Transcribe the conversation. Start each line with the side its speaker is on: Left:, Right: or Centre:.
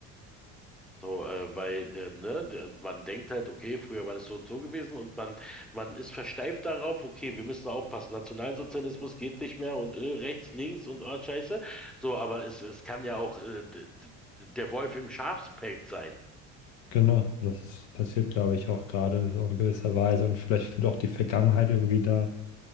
Centre: So, äh, weil äh, ne, der- man denkt halt, okay, früher war das so und so gewesen und man, man ist versteift darauf, okay, wir müssen aufpassen, Nationalsozialismus geht nicht mehr und äh, rechts, links und oh, Scheiße. So, aber es, es kann ja auch äh, d- d- der Wolf im Schafspelz sein.
Left: Genau. Das passiert, glaube ich, auch gerade so in gewisser Weise. Und vielleicht wird auch die Vergangenheit irgendwie da